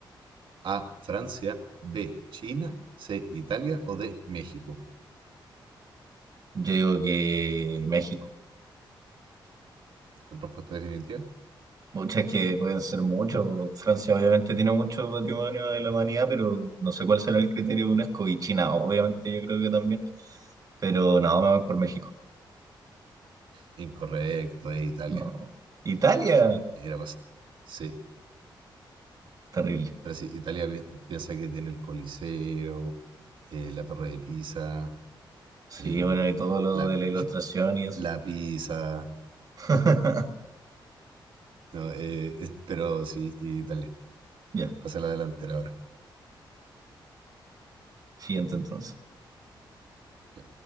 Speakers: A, on the right; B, on the right.
A: A, Francia, B, China, C, Italia o D, México.
B: Yo digo que México.
A: Con respuesta definitiva.
B: Muchas que pueden ser mucho. Francia obviamente tiene mucho patrimonio de la humanidad, pero no sé cuál será el criterio de UNESCO. Y China, obviamente, yo creo que también. Pero no, me voy por México.
A: Incorrecto, es Italia.
B: No. no. Italia,
A: Mira, pasa. Sí,
B: terrible.
A: pero sí, Italia pi- piensa que tiene el Coliseo, eh, la Torre de Pisa,
B: Sí,
A: eh,
B: bueno, y todo lo
A: la,
B: de la ilustración y eso.
A: la Pisa.
B: <laughs>
A: No, eh, es- pero sí, Italia.
B: Ya,
A: Pasa a la delantera ahora.
B: siguiente entonces.
A: Ya.